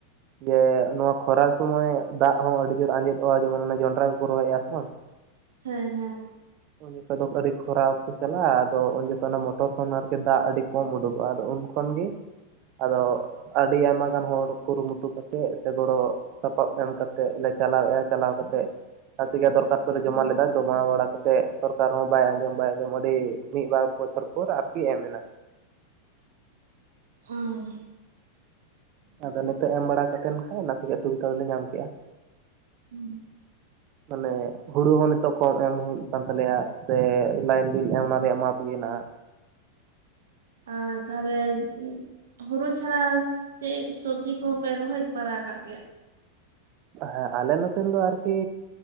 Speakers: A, on the right; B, on the right.
A: ᱡᱮ ᱱᱚᱣᱟ ᱠᱷᱚᱨᱟ ᱥᱚᱢᱚᱭ ᱫᱟᱜ ᱦᱚᱸ ᱟᱹᱰᱤ ᱡᱳᱨ ᱟᱸᱡᱮᱫᱚᱜᱼᱟ ᱡᱮᱢᱚᱱ ᱚᱱᱟ ᱡᱚᱱᱰᱨᱟ ᱠᱚᱠᱚ ᱨᱚᱦᱚᱭᱮᱫᱭᱼᱟ ᱛᱚ,
B: ᱦᱮᱸ ᱦᱮᱸ
A: ᱩᱱ ᱡᱚᱠᱷᱚᱱ ᱫᱚ ᱟᱹᱰᱤ ᱠᱷᱚᱨᱟ ᱠᱚ ᱪᱟᱞᱟᱜᱼᱟ ᱟᱫᱚ ᱩᱱ ᱡᱚᱠᱷᱚᱱ ᱚᱱᱟ ᱢᱚᱴᱚᱨ ᱠᱷᱚᱱ ᱟᱨᱠᱤ ᱫᱟᱜ ᱟᱹᱰᱤ ᱠᱚᱢ ᱩᱰᱩᱠᱚᱜᱼᱟ ᱟᱫᱚ ᱩᱱ ᱠᱷᱚᱱᱚᱱ ᱜᱮ ᱟᱫᱚ ᱟᱹᱰᱤ ᱟᱭᱢᱟ ᱜᱟᱱ ᱦᱚᱲ ᱠᱩᱨᱩᱢᱩᱴᱩ ᱠᱟᱛᱮᱫ ᱥᱮ ᱜᱚᱲᱚ ᱥᱟᱯᱟᱵ ᱮᱢ ᱠᱟᱛᱮᱫ ᱞᱮ ᱪᱟᱞᱟᱣᱮᱫᱼᱟ ᱪᱟᱞᱟᱣ ᱠᱟᱛᱮᱫ ᱟᱛᱮ ᱜᱮ ᱫᱚᱨᱠᱷᱟᱥᱛᱚ ᱞᱮ ᱡᱚᱢᱟ ᱞᱮᱫᱟ ᱡᱚᱢᱟ ᱵᱟᱲᱟᱛᱮᱫ, ᱛᱮᱜ ᱥᱚᱨᱠᱟᱨ ᱦᱚᱸ ᱵᱟᱭ ᱟᱸᱡᱚᱢ ᱵᱟᱭ ᱟᱸᱡᱚᱢ ᱟᱹᱰᱤ ᱢᱤᱫ ᱵᱟᱨ ᱵᱚᱪᱷᱚᱨ ᱯᱚᱨ ᱟᱨᱠᱤ ᱮᱢ ᱮᱱᱟ
B: ᱩᱸ
A: ᱟᱫᱚ ᱱᱤᱛᱚᱜ ᱮᱢ ᱵᱟᱲᱟ ᱠᱟᱛᱮᱫ ᱠᱷᱟ ᱚᱱᱟ ᱛᱮᱜᱮ ᱥᱩᱵᱤᱫᱷᱟ ᱫᱚᱞᱮ ᱧᱟᱢ ᱠᱮᱜᱼᱟ,
B: ᱦᱮᱸ
A: ᱢᱟᱱᱮ ᱦᱩᱲᱩ ᱦᱚᱸ ᱱᱤᱛᱚᱜ ᱠᱚᱢ ᱮᱢ ᱦᱩᱭᱩᱜ ᱠᱟᱱ ᱛᱟᱞᱮᱭᱟ ᱥᱮ ᱞᱟᱭᱤᱱ ᱵᱤᱞ ᱮᱢ ᱚᱱᱟ ᱨᱮᱭᱟᱜ ᱢᱟᱯ ᱜᱮ ᱦᱮᱱᱟᱜᱼᱟ᱾
B: ᱟᱨ ᱛᱟᱦᱚᱞᱮ ᱦᱩᱲᱩ ᱪᱷᱟᱲᱟ ᱪᱮᱫ ᱥᱚᱵᱽᱡᱤ ᱠᱚᱦᱚᱸᱯᱮ ᱨᱚᱦᱚᱭ ᱵᱟᱲᱟ ᱟᱠᱟᱫ ᱜᱮᱭᱟ᱾
A: ᱦᱮᱸ ᱟᱞᱮ ᱱᱚᱛᱮᱱ ᱫᱚ ᱟᱨᱠᱤ᱾